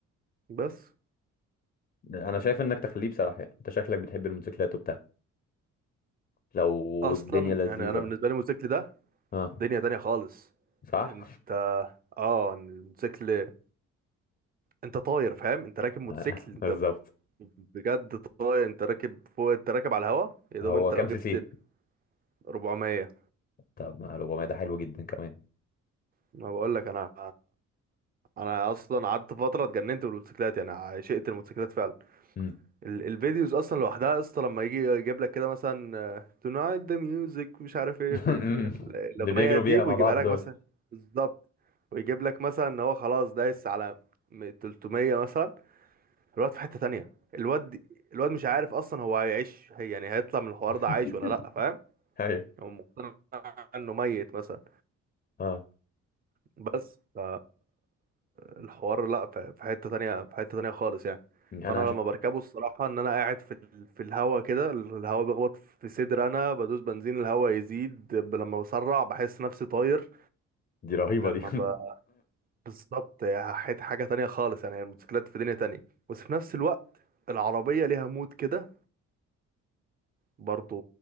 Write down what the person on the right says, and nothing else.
بس
اصلا
يعني انا بالنسبة لي الموتوسيكل ده
دنيا تانية خالص
انت اه الموتوسيكل انت طاير فاهم انت راكب موتوسيكل
انت
بجد طاير انت راكب فوق انت راكب على الهوا يا
دوب انت
لو جبت
ال 400
ما بقول لك انا انا اصلا قعدت فترة اتجننت بالموتوسيكلات يعني عشقت الموتوسيكلات فعلا
ال- الفيديوز اصلا لوحدها يا اسطى لما يجي يجيب لك كده مثلا تونايت ذا ميوزك مش عارف ايه
في, في ال- الاغنيه
دي
ويجيبها
لك
مثلا بالظبط ويجيب لك مثلا ان هو خلاص دايس على م- 300 مثلا الواد في حته تانية الواد دي- الواد مش عارف اصلا هو هيعيش هي يعني هيطلع من الحوار
ده عايش ولا لا فاهم
هو مقتنع انه ميت مثلا
بس ف- الحوار لا ف- في حتة تانية في حتة تانية خالص يعني
فانا
لما
بركبه الصراحة ان انا قاعد في ال- في الهوا كده الهوا بيخبط في صدر انا بدوس بنزين الهوا يزيد ب- لما بسرع بحس نفسي طاير
لما
ب... بالظبط هي حت- حاجة تانية خالص يعني الموتوسيكلات في دنيا تانية بس في نفس الوقت العربية ليها مود كده برضو